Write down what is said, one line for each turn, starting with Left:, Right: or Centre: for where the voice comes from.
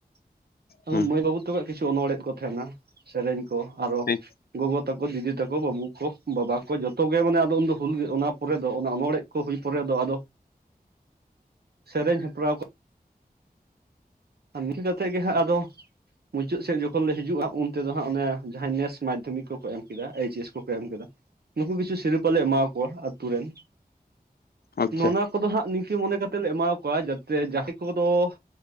Right: ᱼᱼ
Left: ᱦᱩᱸ
Right: ᱢᱟᱹᱭ ᱵᱟᱹᱵᱩ ᱛᱮᱟᱠᱚᱣᱟᱜ ᱠᱤᱪᱷᱩ ᱚᱱᱚᱚᱲᱦᱮ ᱠᱚ ᱛᱟᱦᱮᱱᱟ ᱥᱮᱨᱮᱧ ᱠᱚ, ᱟᱨᱚ
Left: ᱴᱷᱤᱠ
Right: ᱼᱼ ᱜᱚᱜᱚ ᱛᱟᱠᱚ, ᱫᱤᱫᱤ ᱛᱟᱠᱚ, ᱵᱟᱹᱵᱩ ᱠᱚ, ᱵᱟᱵᱟ ᱠᱚ, ᱡᱷᱚᱛᱚ ᱜᱮ ᱢᱟᱱᱮ ᱟᱫᱚ ᱩᱱᱫᱚ ᱦᱩᱞᱜ ᱚᱱᱟ ᱯᱚᱨᱮ ᱫᱚ ᱚᱱᱟ ᱚᱱᱚᱲᱦᱮ ᱼᱼ ᱠᱚ ᱦᱩᱭ ᱯᱚᱨᱮ ᱫᱚ ᱟᱫᱚ ᱥᱮᱨᱮᱧ ᱦᱮᱯᱨᱟᱣ ᱠᱚ ᱼᱼ ᱱᱝ <inaudible> ᱠᱟᱛᱮᱫ ᱜᱮ ᱦᱟᱸᱜ ᱟᱫᱚ ᱼᱼ ᱢᱩᱪᱟᱹᱫ ᱥᱮᱫ ᱡᱚᱠᱷᱚᱱ ᱞᱮ ᱦᱤᱡᱩᱜᱼᱟ, ᱩᱱ ᱛᱮᱫᱚ ᱦᱟᱸᱜ ᱚᱱᱮ ᱡᱟᱦᱟᱸᱭ ᱱᱮᱥ ᱢᱟᱫᱽᱫᱷᱚᱢᱤᱠ ᱠᱚᱠᱚ ᱮᱢ ᱠᱮᱫᱟ, ᱮᱭᱤᱪ ᱮᱥ ᱠᱚᱠᱚ ᱮᱢ ᱠᱮᱫᱟ। ᱱᱩᱠᱩ ᱠᱤᱪᱷᱩ ᱥᱤᱨᱯᱟᱹ ᱞᱮ ᱮᱢᱟ ᱠᱚᱣᱟ ᱟᱛᱩ ᱨᱮᱱ।
Left: ᱟᱪᱪᱷᱟ
Right: ᱱᱩᱱᱹᱟᱠ ᱠᱚᱫᱚ ᱦᱟᱸᱜ ᱱᱤᱝᱠᱟᱹ ᱢᱚᱱᱮ ᱠᱟᱛᱮ ᱞᱮ ᱮᱢᱟᱣᱟ ᱠᱚᱣᱟ᱾ ᱡᱟᱛᱮ ᱡᱟᱦᱟᱸᱭ ᱠᱚᱫᱚ ᱼᱼ